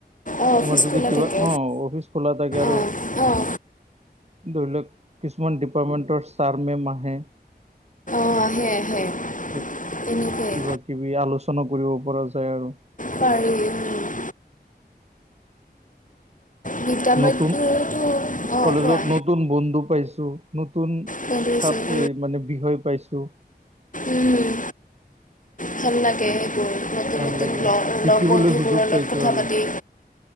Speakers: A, on the left; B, on the right.
A: অঁ অফিচ
B: তোমাৰ যদি
A: খোলা
B: কিবা,
A: থাকে
B: অ অফিচ খোলা থাকে আৰু
A: অঁ অঁ
B: ধৰি লওক কিছুমান ডিপাৰ্টমেণ্টৰ ছাৰ মেম আহে।
A: অ আহে আহে।
B: তে
A: তেনেকৈ
B: কিবা কিবি আলোচনা কৰিব পৰা যায় আৰু।
A: পাৰি উম, বিদ্যালয়ততো
B: নতুন
A: অঁ
B: কলেজত
A: কোৱা
B: নতুন বন্ধু পাইছো, নতুন
A: গ্ৰেজুৱেশ্যন
B: চাপ এই মানে বিষয় পাইছোঁ।
A: উম ভাল লাগে সেইবোৰ নতুন
B: ভাল
A: নতুন
B: লাগে শিকিবলৈ
A: লগ বন্ধুবোৰৰ
B: সুযোগ পাইছো
A: লগত কথা
B: আৰু
A: পাতি।